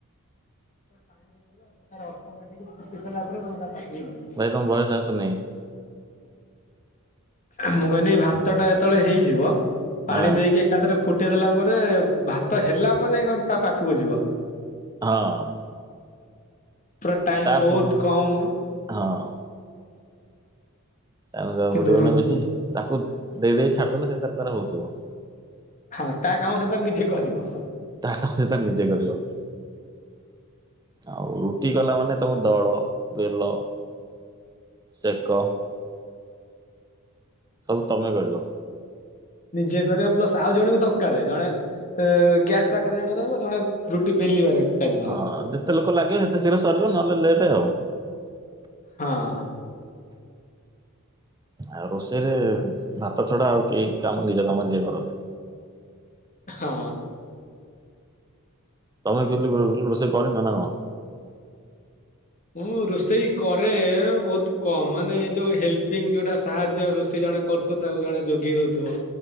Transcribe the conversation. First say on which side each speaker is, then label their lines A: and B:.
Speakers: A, on the left; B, on the right.
A: ପାଣି ଦେଇଦେଲ ସେ ତାର ଅଟୋମେଟିକ ଫୁଟି ସାରିଲା ପରେ ତେମେ ତା ପାଖକୁ ଯିବ।
B: ଭାଇ ତମ ଭୟସ ଆସୁନି।
A: ମୁଁ କହିଲି ଭାତ ଟା ଯେତେବେଳେ ହେଇଯିବ। ପାଣି
B: ହଁ
A: ଦେଇକି ଏକାଥରେ ଫୁଟେଇ ଦେଲା ପରେ ଭାତ ହେଲା ପରେ ଯାଇ ତମେ ତା ପାଖକୁ ଯିବ।
B: ହଁ।
A: ପୁରା ଟାଇମ
B: ତା
A: ବହୁତ
B: ପୂର୍ବରୁ
A: କମ୍।
B: ହଁ। ଟାଇମି ଦବାକୁ
A: କିନ୍ତୁ
B: ପଡିବ
A: ରୁ
B: ନା ବେଶୀ ତାକୁ ଦେଇ ଦେଇ ଛାଡିଦଲେ ସେ ତ ତାର ହଉଥିବ।
A: ହଁ ତା କାମ ସେ ତାର ନିଜେ କରିବ।
B: ତା କାମ ସେ ତ ନିଜେ କରିବ ଆଉ। ସେ ତି ଗଲା ମାନେ ତମ ଦଳ ବେଲ ସେକ। ସବୁ ତମେ କରିବ।
A: ନିଜେ କରିବ ପ୍ଲସ ଆଉ ଜଣେ ବି ଦରକାର ଜଣେ। ସେ ଗ୍ୟାସ୍ ପାଖରେ ଜଣେ ରହିବ ଜଣେ ରୁଟି ବେଲିବାରେ। ଟାଇମ ଦବ।
B: ହଁ ଯେତେ ଲୋକ ଲାଗିବେ ସେତେ ଶୀଘ୍ର ସରିବ ନହେଲେ ଲେଟେ ଆଉ।
A: ହଁ।
B: ଆଉ ରୋଷେଇରେ ଭାତ ଛଡା ଆଉ କେହି କାମ ନିଜ କାମ ନିଜେ କରନ୍ତି।
A: ହଁ।
B: ତମେ କିିଲି ରୋଷେଇ କରନ ନା କଣ।
A: ମୁଁ ରୋଷେଇ କରେ ବହୁତ କମ ମାନେ ଏ ଯୋଉ ହେଲ୍ପିଙ୍ଗ ଯୋଉଟା ସାହାଯ୍ୟ ରୋଷେଇ ଜଣେ କରୁ। ତ ତାକୁ ଜଣେ ଯୋଗେଇ ଦଉଥିବ।